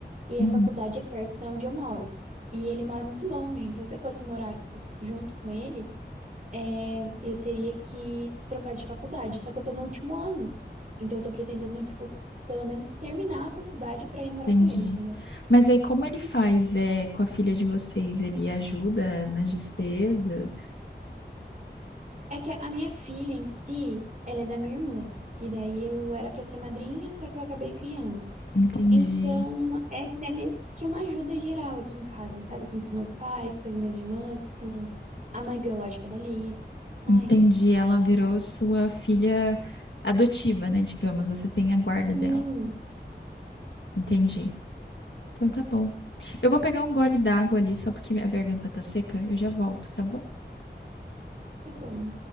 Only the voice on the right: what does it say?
e
a faculdade é perto da onde eu moro. E ele mora muito longe, então se eu fosse morar, tipo, junto com ele, é, eu teria que trocar de faculdade. Só que eu tô no último ano. Então eu tô pretendendo, tipo, pelo menos terminar a faculdade pra ir morar
com ele, entendeu?
É que a a minha filha em si, ela é da minha irmã. E daí eu era pra ser madrinha, só que eu acabei criando.
Então é, é meio que uma ajuda geral aqui em casa, sabe? Com os meus pais, com as minhas irmãs, com a mãe biológica da Liz. Ai,
sim,
tá bom.